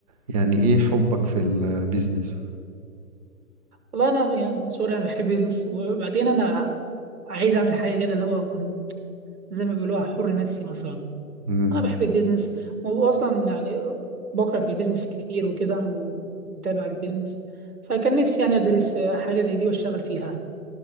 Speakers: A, on the right (about 30°); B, on the right (about 80°).
A: يعني إيه حبك في البيزنس؟
B: والله انا يعني من سوري انا بحب بيزنس وبعدين انا عايز اعمل حاجه كده اللي هو كنت زي ما بيقولوها حر نفسي مثلا
A: مم.
B: انا بحب البيزنس واصلا يعني بقرا في البيزنس كتير وكده ومتابع البيزنس فكان نفسي يعني ادرس آه، حاجه زي دي واشتغل فيها